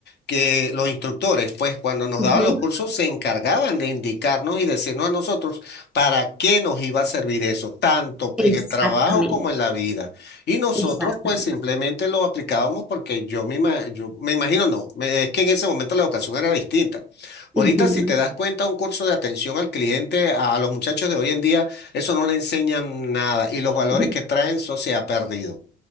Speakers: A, on the left; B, in the centre.
A: que los instructores, pues cuando nos
B: ujú.
A: daban los cursos, se encargaban de indicarnos y decirnos a nosotros para qué nos iba a servir eso, tanto
B: Exactamente,
A: en el trabajo como en la vida. Y nosotros,
B: exactamente.
A: pues simplemente lo aplicábamos porque yo me, ima- yo me imagino, no, me- es que en ese momento la educación era distinta. Ahorita,
B: Ujú,
A: si te das cuenta, un curso de atención al cliente, a los muchachos de hoy en día, eso no le enseñan nada y los valores
B: ujú.
A: que traen, eso se ha perdido.